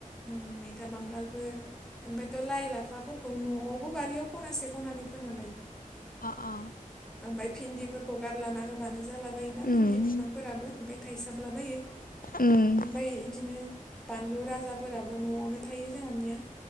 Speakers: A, in the centre; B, on the left (about 85°).
A: ओम मै। था बांगालफोर ओमफायथ' लाइ लाफाफोरखौ न'आवबो बारियाव खनासे खनानै फोना लायो।
B: आ आ
A: आमफाय फिन्दिफोरखौ गारलाना होबानो जाला बायोना फिन्दि
B: उम
A: बिफांफोराबो ओमफाय थाइसो साबलाबायो
B: उम
A: ओमफाय इदिनो बानलु राजाफोराबो न'आवनो थायो जोंहानिया